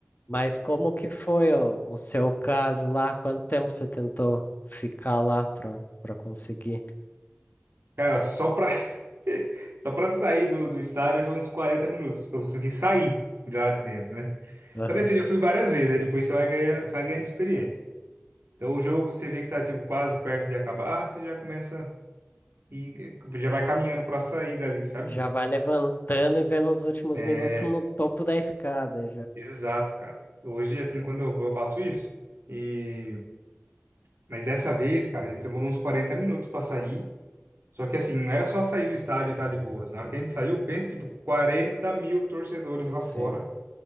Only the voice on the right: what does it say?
Cara, só pra, <laughs> só pra sair do, do estádio foi uns 40 minutos. Pra conseguir sair lá de dentro, né?
Só que assim, eu já fui várias vezes, aí depois você vai ganhando, você vai ganhando experiência. Então o jogo você vê que tá tipo quase perto de acabar, você já começa e já vai caminhando pra sair dali, sabe?
É,
exato, cara. Hoje, assim, quando eu vou, eu faço isso. E... Mas dessa vez, cara, ele demorou uns 40 minutos pra sair. Só que assim, não era só sair do estádio e tá de boas. Na hora que a gente saiu, pensa, tipo, 40 mil torcedores lá
fora.